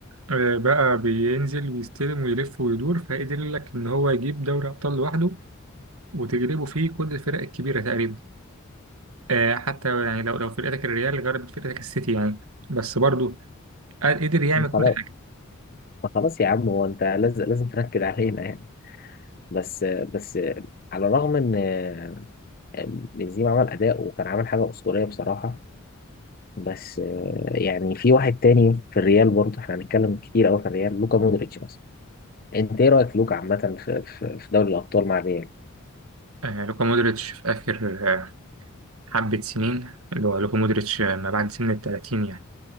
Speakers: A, on the right; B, on the left.
A: آه، بقى بينزل ويستلم ويلف ويدور فقدر لك ان هو يجيب دوري ابطال لوحده وتجربه فيه كل الفرق الكبيرة تقريبا آه حتى يعني لو لو فرقتك الريال غلبت فرقتك السيتي يعني بس برضه قدر يعمل كل
B: خلاص
A: حاجة
B: ما خلاص يا عم هو أنت لازم لازم تنكد علينا يعني بس آه، بس آه، على الرغم إن آه، بنزيما عمل أداء وكان عامل حاجة أسطورية بصراحة بس آه، يعني في واحد تاني في الريال برضه احنا هنتكلم كتير أوي في الريال لوكا مودريتش مثلا انت ايه رايك في لوكا عامه في في في دوري الابطال مع ريال
A: آه لوكا مودريتش في آخر آه حبة سنين اللي هو لوكا مودريتش آه، ما بعد سن التلاتين يعني